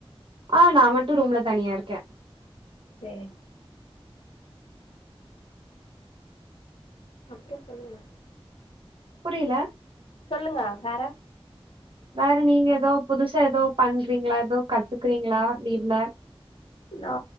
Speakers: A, on the right (about 60°); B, on the left (about 70°).
A: ஆஹ் நா மட்டு ரூம்ல தனியா இருக்கே
B: சேரி அப்றோ சொல்லுங்க
A: புரியல
B: சொல்லுங்க வேற
A: வேற நீங்க ஏதோ புதுசா ஏதோ பண்றீங்களா ஏதோ கத்துக்குறீங்களா லீவ்ல
B: நா